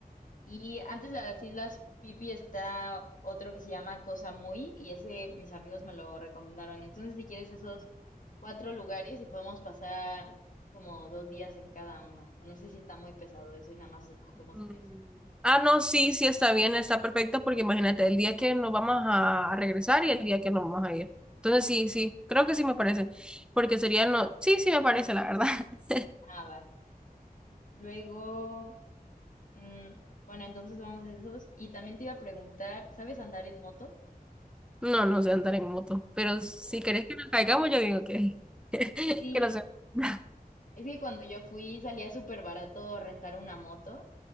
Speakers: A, on the left; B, in the centre.
A: Y antes de las Islas Pipi está otro que se llama Cosa Muy y ese mis amigos me lo recomendaron. Entonces, si quieres esos cuatro lugares y podemos pasar como dos días en cada uno. O no sé si está muy pesado eso y nada más escogemos
B: Mm.
A: tres.
B: Ah, no, sí, sí está bien, está perfecto, porque imagínate, el día que nos vamos a, a regresar y el día que nos vamos a ir. Entonces, sí, sí, creo que sí me parece, porque sería, no, sí, sí me parece, la verdad. <laughs>
A: Ah, va. Luego, mm, bueno, entonces vamos a esos. Y también te iba a preguntar, ¿sabes andar en moto?
B: No, no sé andar en moto, pero si
A: O-
B: querés que nos caigamos, yo digo que, <laughs>
A: Sí,
B: que no sé. <laughs>
A: es que cuando yo fui salía súper barato rentar una moto.